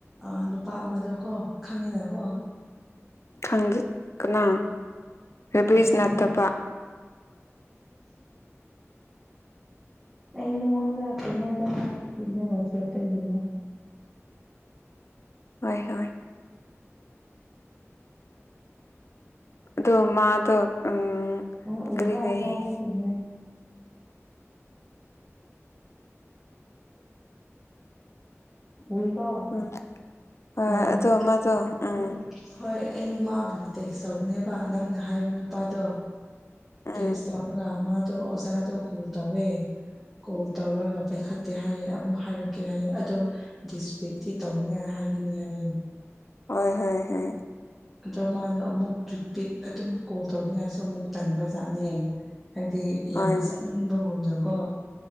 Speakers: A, in the centre; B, on the left (about 60°).
A: ꯑ ꯅꯨꯄꯥ ꯑꯃꯗꯀꯣ ꯈꯪꯉꯤꯅꯀꯣ
B: ꯈꯪꯗꯦ ꯀꯅꯥ ꯔꯦꯕꯤꯔꯤꯖ
A: ꯑꯩꯈꯣꯏꯅ
B: ꯅꯠꯇꯕ
A: ꯑꯩ ꯅꯉꯣꯟꯗ ꯀꯩꯅꯣꯗ ꯊꯥꯕꯤꯈꯤꯕꯅꯦ ꯋꯥꯠꯁꯑꯦꯞꯇ ꯌꯦꯡꯉꯣ
B: ꯍꯣꯏ ꯍꯣꯏ ꯗ‌ꯣ ꯃꯥꯗ‌ꯣ ꯎꯝ
A: ꯅ‌ꯪ
B: ꯀꯔꯤ
A: ꯎꯕ
B: ꯍꯥꯏꯌꯦ
A: ꯊꯕꯤꯈꯤꯕꯅ‌ꯦ ꯎꯏꯔ‌ꯣ
B: ꯎꯝ ꯍꯣꯏ
A: ꯎꯝ
B: ꯑꯗꯣ ꯃꯥꯗꯣ ꯎꯝ
A: ꯎꯏ ꯍꯣꯏ ꯑꯩ ꯃꯥꯕꯨ ꯇꯦꯛꯆꯧꯕꯅꯦꯕ ꯅꯪꯅ ꯍꯥꯏꯕ ꯅꯨꯄꯥꯗꯣ
B: ꯎꯝ
A: ꯇꯦꯛꯁ ꯇꯧꯒ ꯃꯥꯗꯣ ꯑꯣꯖꯥꯗꯣ ꯀ‌ꯣꯜ ꯇꯧꯋꯦ ꯀꯣꯜ ꯇꯧꯔꯒ ꯄꯥꯏꯈꯠꯇꯦ ꯍꯥꯏꯌꯦ ꯑꯃꯨꯛ ꯍꯥꯏꯔꯛꯀꯦ ꯍꯥꯏꯌꯦ ꯑꯗꯣ ꯗꯤꯁꯄꯤꯛꯇꯤ ꯇꯧꯅꯤꯉꯥꯏ ꯍꯥꯏꯒꯅꯤ ꯍꯥꯏꯌꯦ
B: ꯍꯣꯏ ꯍꯣꯏ ꯍ‌ꯣꯏ
A: ꯑꯗꯣ ꯃꯥꯗꯣ ꯑꯃꯨꯛ ꯇꯔꯤꯄꯤꯠ ꯑꯗꯨꯝ ꯀꯣꯜ ꯇꯧꯅꯤꯡꯉꯥꯏꯁꯨ ꯑꯃꯨꯛ ꯇꯟꯕꯖꯥꯠꯅꯦ ꯍꯥꯏꯗꯤ
B: ꯍꯣꯏ
A: ꯌꯥꯝ ꯆꯠꯅꯤꯡꯕꯒꯨꯝꯅꯀꯣ